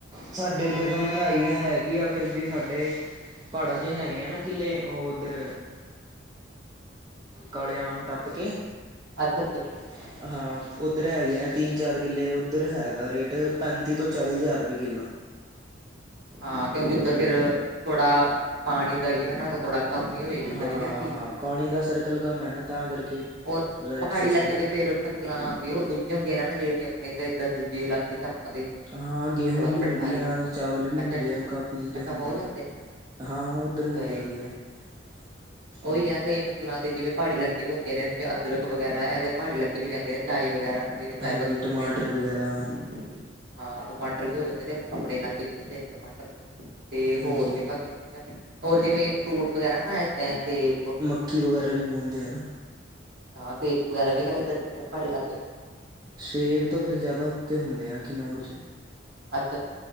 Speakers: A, on the right (about 20°); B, on the right (about 55°).
A: ਸਾਡੇ, ਉੱਧਰ ਤਾਂ ਮਹਿੰਗਾਈ ਹੈਗੀ ਆ। ਫਿਰ ਵੀ ਸਾਡੇ ਪਹਾੜਾਂ ਚ ਹੈਗੇ ਆ ਨਾ ਕਿੱਲੇ, ਉਹ ਉੱਧਰ ਕਾਲੇਆਮ ਟੱਪ ਕੇ
B: ਅੱਛਾ-ਅੱਛਾ।
A: <inaudible> ਹਾਂ ਉੱਧਰ ਹੈਗੇ ਆ ਤਿੰਨ ਚਾਰ ਕਿੱਲੇ ਉੱਧਰ ਹੈਗਾ ਰੇਟ ਪੈਂਤੀ ਤੋਂ ਚਾਲੀ ਹਜ਼ਾਰ। <unintelligible>
B: ਹਾਂ ਕਿਉਂਕਿ ਉੱਧਰ ਫਿਰ ਥੋੜਾ ਪਾਣੀ ਦਾ ਵੀ ਹੈਨਾ ਉਹ ਥੋੜਾ ਕਮੀ ਹੋਏਗੀ ਉੱਧਰ
A: ਹਾਂ ਹਾਂ
B: ਠੀਕ ਹੈ
A: ਹਾਂ ਪਾਣੀ ਦਾ ਸਰਕਲ ਕੰਮ ਹੈ ਨਾ, ਤਾਂ ਕਰਕੇ
B: ਔਰ
A: ਰੇਟ
B: ਪਹਾੜੀ
A: ਸਸਤਾ
B: ਇਲਾਕੇ
A: ਹੈ।
B: ਤੇ ਫੇਰ ਫਸਲਾਂ ਵੀ ਉਹ ਦੂਜੀਆਂ ਹੁੰਦੀਆਂ ਨੇ ਨਾ ਜਿਵੇਂ ਆਪਣੇ ਤੇ ਤਾਂ ਇੱਧਰ ਦੂਜੇ ਇਲਾਕੇ ਚ ਆਪਾਂ ਤੇ
A: ਹਾਂ, ਗੇਹੂ
B: ਥੋੜਾ
A: ਵੀ ਹੁੰਦੀ
B: ਪਠਾਰੀ
A: ਆ। ਚਾਵਲ ਵੀ
B: ਅੱਛਾ
A: ਹੁੰਦੇ
B: ਅੱਛਾ
A: ਆ, ਕਾਫੀ ਚੀਜ਼ਾਂ
B: ਅੱਛਾ
A: ਹੁੰਦੀ
B: ਹੋ ਜਾਂਦੇ
A: ਆ।
B: ਨੇ
A: ਹਾਂ-ਹਾਂ ਉੱਧਰ ਹੋ ਜਾਂਦੀ
B: ਸਹੀ ਹੈ
A: ਆ। <inaudible>
B: ਉਹੀ ਹੈ ਕਈ ਫਸਲਾਂ ਤੇ ਜਿਵੇਂ ਪਹਾੜੀ ਇਲਾਕੇ ਚ ਹੁੰਦੀਆਂ ਨੇ ਜਿਵੇਂ ਅਦਰਕ ਵਗੈਰਾ ਹੈ। ਇਹ ਤੇ ਪਹਾੜੀ ਇਲਾਕ਼ੇ ਚੋ ਹੀ ਆਉਂਦੀਆਂ ਨੇ। ਚਾਹ ਵਗੈਰਾ ਜਿਵੇਂ ਚਾਹ
A: ਹਾਂਜੀ
B: ਪਤੀ
A: ਟਮਾਟਰ
B: ਹੁੰਦੀ ਹੈ ਨਾ
A: ਵਗੈਰਾ
B: ਹਾਂ ਟਮਾਟਰ ਵੀ ਹੋ ਜਾਂਦੇ ਨੇ। ਆਪਣੇ ਇਲਾਕੇ ਚ ਹੁੰਦੇ ਨੇ ਟਮਾਟਰ ਤੇ
A: ਹਾਂਜੀ
B: ਹੋਰ ਵੀ ਕਾਫੀ ਚੀਜ਼ਾਂ ਨੇ। ਹੋਰ ਜਿਵੇਂ ਫਰੂਟ ਵਗੈਰਾ ਹੈ ਨਾ ਇਹ ਤੇ
A: ਮੱਕੀ ਵਗੈਰਾ ਵੀ ਬੋਹੰਦੇ ਆ ਨਾ
B: ਹਾਂ ਸੇਬ ਵਗੇਰਾ ਵੀ ਹਰੇ ਨੇ <inaudible> ਪਹਾੜੀ ਇਲਾਕੇ ਚ।
A: ਸੇਬ ਤਾਂ ਫਿਰ ਜ਼ਿਆਦਾ ਉੱਤੇ ਹੁੰਦੇ ਆ ਕਿਨੋੌਰ ਚ
B: ਅੱਛਾ,